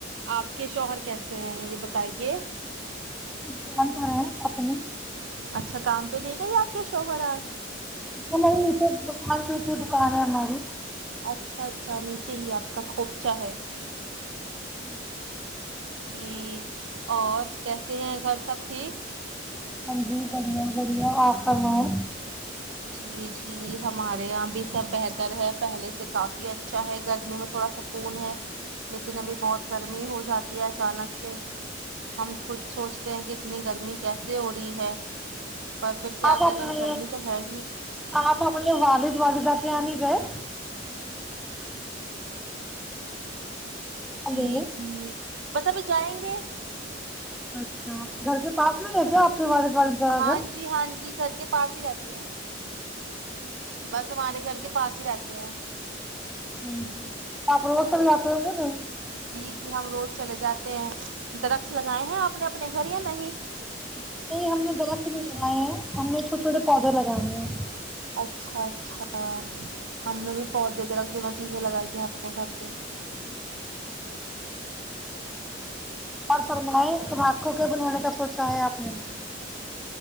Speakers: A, on the right (about 70°); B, in the centre.
A: آپ کے شوہر کیسے ہیں یہ بتائیے
B: دکان پر آا اپنے
A: اچھا کام پہ دے گا یا آپ کے شوہر آج
B: ہماری اتے مارک کی دکان ہے ہماری
A: اچھا اچھا نیچے ہی آپ کا خوپچا ہے
B: <unintelligible>
A: جی اور کیسے ہیں گھر سب ٹھیک
B: ہاں جی بڑیا بڑیا آپ کرناؤ
A: جی جی ہمارے یہاں بھی سب بہتر ہے پہلے سے کافی اچھا ہے گرمی میں تھوڑا سکون ہے لیکن ابھی بہت گرمی ہو جاتی ہے اچانک سے ہم خود سوچتے ہیں کہ اتنی گرمی کیسے ہو رہی ہے اور پھر کیا
B: آپ اپنے
A: کریں ہم گرمی تو ہے ہی
B: آپ ہمارے والد والدہ سے آنی گئے ہلو
A: جی جی بس ابھی جائیں گے
B: اچ گھر کے پاس میں ہے کیا آپ والال پڑدگ
A: ہاں جی ہاں جی گھر کے پاس ہی رہتے ہیں بس ہمارے گھر کے پاس ہی رہتے ہیں
B: ہ آپ اسل جا کے آی نہیں
A: جی جی ہم روز چلے جاتے ہیں درخت لگائے ہیں آپ نے اپنے گھر یا نہیں
B: نہیں ہم نے درخت نہیں لگائے ہیں ہم نے چھوٹے چھوٹے پودے لگائےئے ہیں
A: اچھا اچھا ہم نے بھی پودے درک دونوں چیز لگائیے اپنے گھر پ
B: اور فرمائے تم آات کو کیا بنانے کا سوچا ہے آپ نے